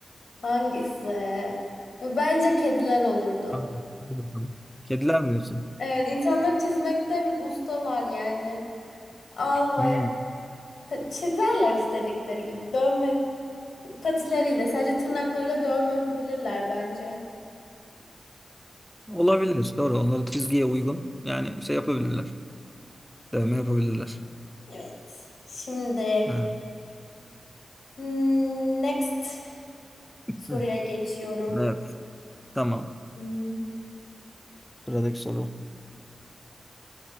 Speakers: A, on the left; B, in the centre.
A: Hangisi? Bence kediler olurdu.
B: Ha, Hadi bakalım. Kediler mi diyorsun?
A: Evet, insanları çizmekte ustalar yani. Allah
B: Hmm.
A: çizerler istedikleri gibi. Dövme patileriyle sadece tırnaklarıyla dövme yapabilirler bence.
B: Olabilir. Doğru. Onları çizgiye uygun. Yani şey yapabilirler. Dövme yapabilirler.
A: Evet. Şimdi
B: Evet.
A: hmm, next soruya
B: Hı.
A: geçiyorum.
B: Evet. Tamam.
A: Hmm.
B: Sıradaki soru.